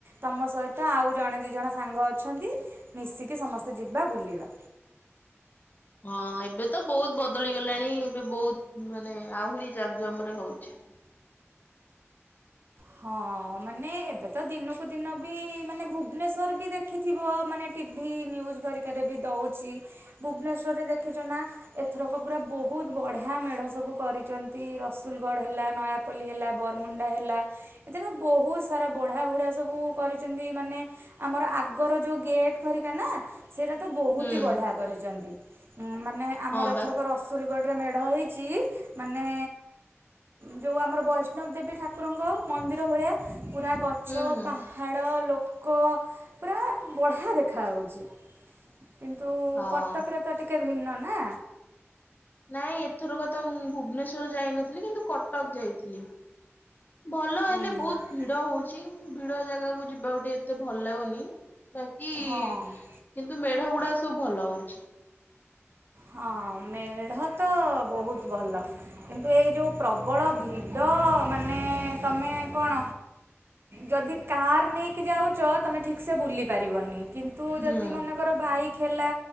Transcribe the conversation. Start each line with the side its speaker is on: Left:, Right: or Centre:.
Right: ତମ ସହିତ ଆଉ ଜଣେ ଦି ଜଣ ସାଙ୍ଗ ଅଛନ୍ତି, ମିଶିକି ସମସ୍ତେ ଯିବା ବୁଲିବା।
Left: ହଁ, ଏବେ ତ ବହୁତ୍ ବଦଳି ଗଲାଣି ଏବେ ବହୁତ୍ ମାନେ ଆହୁରି ଜାକ୍ ଜମ୍ରେ ହଉଚି।
Right: ହଁ, ମାନେ ଏବେ ତ ଦିନୁକୁ ଦିନ ବି ମାନେ ଭୁବନେଶ୍ୱର ବି ଦେଖିଥିବ ମାନେ ଟିଭିି ନ୍ୟୁଜ୍ ଘରିକାରେ ବି ଦେଉଚି, ଭୁବନେଶ୍ୱରରେ ଦେଖିଚ ନା ଏଥରକ ପୁରା ବହୁତ୍ ବଢ଼ିଆ ମେଢ଼ ସବୁ କରିଚନ୍ତି, ରସୁଲଗଡ଼ ହେଲା ନୟା ପଲ୍ଲି ହେଲା ବରମୁଣ୍ଡା ହେଲା। ଏଥର ତ ବହୁତ୍ ସାରା ବଢ଼ିଆ-ବଢ଼ିଆ ସବୁ କରିଚନ୍ତି ମାନେ ଆମର ଆଗର ଯୋଉ ଗେଟ ଘରିକା ନା ସେଇଟା ତ ବହୁତ୍
Left: ହୁଁ
Right: ହି ବଢିଆ କରିଚନ୍ତି, ଉଁ ମାନେ ଆମର
Left: ହଁ ବା
Right: ଏଥରକ ର ସୁଲଗଡ଼ରେ ମେଢ଼ ହେଇଚି ମାନେ ଯୋଉ ଆମର ବୈଷ୍ଣବି ଦେବୀ ଠାକୁରଙ୍କ ମନ୍ଦିର ଭଳିଆ ପୁରା ଗଛ
Left: ହୁଁ ହୁଁ
Right: ପା ହାଡ଼ ଲୋକ ପୁରା ବଢ଼ିଆ ଦେଖାଯାଉଛି। କିନ୍ତୁ
Left: ହଁ।
Right: କଟକ୍ ରେ ତ ଟିକେ ଭିନ୍ନ ନା।
Left: ନାଇଁ ଏଥରକ ତ ମୁଁ ଭୁବନେଶ୍ଵର ଯାଇନଥିଲି କିନ୍ତୁ କଟକ୍ ଯାଇଥିଲି। ଭଲ ହେଲେ
Right: ଉଁ
Left: ବହୁତ୍
Right: ହୁଁ।
Left: ଭିଡ ହଉଚି, ଭିଡ ଜାଗାକୁ ଯିବାକୁ ଟିକେ ଏତେ ଭଲ୍ ଲାଗୁନି। ବାକି
Right: ହଁ।
Left: କିନ୍ତୁ ମେଢ ଗୁଡାକ ସବୁ ଭଲ ହଉଛି।
Right: ହଁ ମେଢ ତ ବହୁତ୍ ଭଲ। କିନ୍ତୁ ଏଇ ଯୋଉ ପ୍ରବଳ ଭିଡ଼ ମାନେ ତମେ କଣ ଯଦି କାର୍ ନେଇକି ଯାଉଚ, ତମେ ଠିକ୍ସେ ବୁଲି ପାରିବନି। କିନ୍ତୁ ଯଦି
Left: ହୁଁ
Right: ମନେକର ବାଇକ୍ ହେଲା